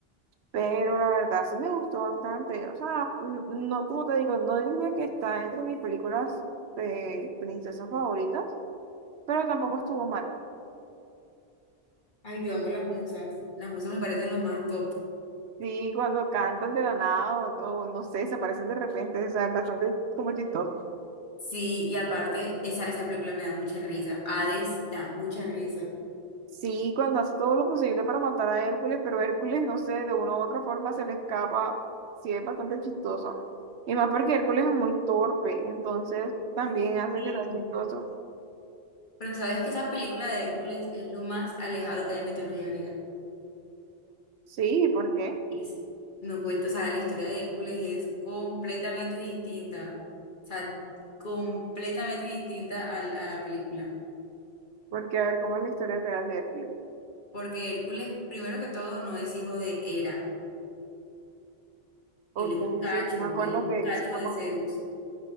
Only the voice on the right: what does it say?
Pero la verdad sí me gustó bastante. O sea, n- no, como te digo, no diría que está entre mis películas de princesas favoritas, pero tampoco estuvo mal.
Sí, cuando cantan de la nada o, o no sé, se aparecen de repente, o sea, es bastante como chistoso.
Sí, cuando hace todo lo posible para matar a Hércules, pero Hércules, no sé, de una u otra forma se le escapa, sí es bastante chistoso. Y más porque Hércules es muy torpe, entonces también hace
que sea chistoso.
Sí, ¿por qué?
Porque a ver, ¿cómo es la historia real de Hércules?
Ok,
sí, sí, me acuerdo
que
sí me
acuerdo.